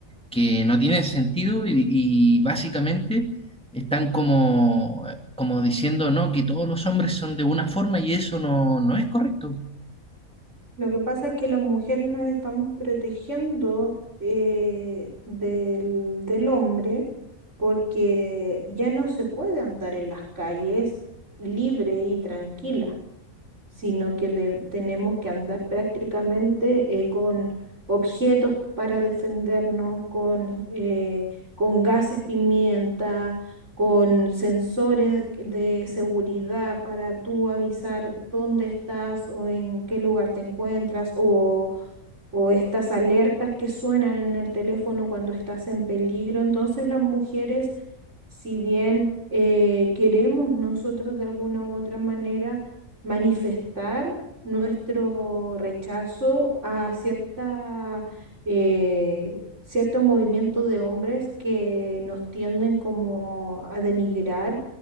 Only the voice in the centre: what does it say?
que no tiene sentido y, y básicamente están como, como diciendo, no, que todos los hombres son de una forma y eso no, no es correcto.